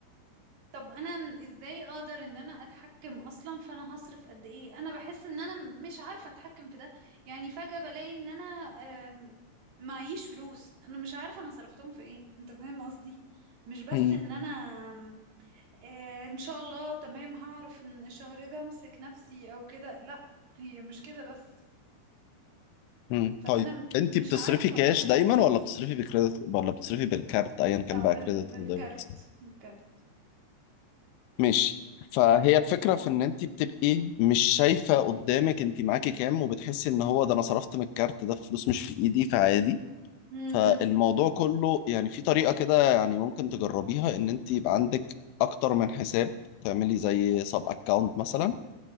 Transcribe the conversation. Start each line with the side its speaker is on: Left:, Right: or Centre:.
Right: طب انا ازاي اقدر ان انا اتحكم اصلا فانا هصرف قد ايه انا بحس ان انا مش عارفة اتحكم في ده يعني فجأة بلاقي ان انا آم، معيش فلوس انا مش عارفة انا صرفتهم في ايه انت فاهم قصدي مش بس
Left: مم.
Right: ان انا آم، آه، ان شاء الله تمام هعرف ان الشهر ده امسك نفسي او كده لا هي مش كده بس
Left: مم.
Right: فانا
Left: طيب
Right: م-
Left: انت بتصرفي
Right: مش عارفة
Left: كاش
Right: اصلا
Left: دايما ولا بتصرفي بكريدت ولا بتصرفي بالكارت ايا كان
Right: لا
Left: بقى
Right: بال...
Left: كريدت
Right: بالكارت
Left: او ديبت
Right: بالكارت
Left: ماشي فهي الفكره في ان انت بتبقي مش شايفه قدامك انت معاكي كام وبتحسي ان هو ده انا صرفت من الكارت ده فلوس مش في ايدي فعادي
Right: امم
Left: فالموضوع كله يعني في طريقة كده يعني ممكن تجربيها ان انت يبقى عندك اكتر من حساب تعملي زي سب اكونت مثلا